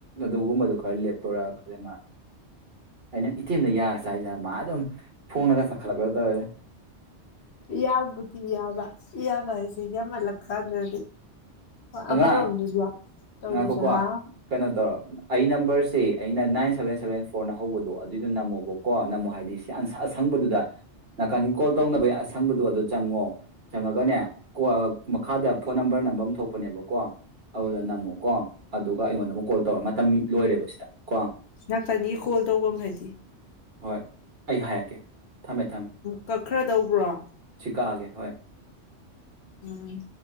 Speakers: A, on the right; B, on the left.
A: ꯑꯗꯨꯒꯨꯝꯕꯗꯨ ꯈꯔ ꯂꯦꯞꯇꯣꯔ ꯈꯖꯅ ꯑꯩꯅ ꯏꯇꯤ ꯑꯦꯝꯗ ꯌꯥꯔ ꯆ ꯍꯥꯏꯖꯦ ꯃꯥ ꯑꯗꯨꯝ ꯐꯣꯡꯉꯒ ꯆꯈꯠꯂꯛꯄꯗ ꯇꯧꯋꯦ
B: ꯌꯥꯕꯕꯨꯗꯤ ꯌꯥꯕ ꯌꯥꯕ ꯌꯥꯃꯜꯂꯀꯥꯗꯗꯤ ꯍꯣꯏ
A: ꯑꯉꯥꯡ
B: ꯑꯃꯔꯣꯝꯗꯨꯁꯨ ꯇꯧ
A: ꯉꯥꯏꯈꯣꯀꯣ
B: ꯇꯁꯦ ꯍꯥ
A: ꯀꯩꯅꯣ ꯑꯩ ꯅꯝꯕꯔꯁꯤ ꯑꯩꯅ ꯅꯥꯏꯟ ꯁꯚꯦꯟ ꯁꯚꯦꯟ ꯐꯣꯔꯅ ꯍꯧꯕ ꯑꯗꯨꯏꯗꯣ ꯅꯝꯃꯣꯕꯀꯣ ꯅꯝꯃꯣ ꯍꯥꯏ ꯑꯁꯪꯕꯗꯨꯗ ꯅꯥꯀꯟꯒꯤ ꯀꯣꯜ ꯇꯧꯅꯕꯩ ꯑꯁꯪꯕꯗꯨ ꯑꯗꯨꯗ ꯆꯪꯉꯣ ꯆꯪꯉꯒꯅꯦ ꯃꯈꯥꯗ ꯐꯣꯟ ꯅꯝꯕꯔ ꯅꯝꯕꯔ ꯅꯝꯕꯝ ꯊꯣꯛ ꯄꯅꯦꯕꯀꯣ ꯑꯗꯨꯗ ꯅꯝꯃꯣꯀꯣ ꯑꯗꯨꯒ ꯑꯩꯉꯣꯟꯗ ꯑꯃꯨꯛ ꯀꯣꯜ ꯇꯧ ꯇꯝ ꯂꯣꯏꯔꯦꯕ ꯁꯤꯗ ꯀꯣ
B: ꯅꯥꯀꯟꯅꯤ ꯀꯣꯜ ꯇꯧꯕꯝ ꯍꯥꯏꯗꯤ
A: ꯍꯣꯏ ꯑꯩ ꯍꯥꯏꯔꯛꯀꯦ ꯊꯝꯃꯦ ꯊꯝꯃꯦ
B: ꯀꯛꯈ꯭ꯔꯗꯧꯕ꯭ꯔꯣ
A: ꯁꯤ ꯀꯛꯑꯒꯦ ꯍꯣꯏ
B: ꯎꯝ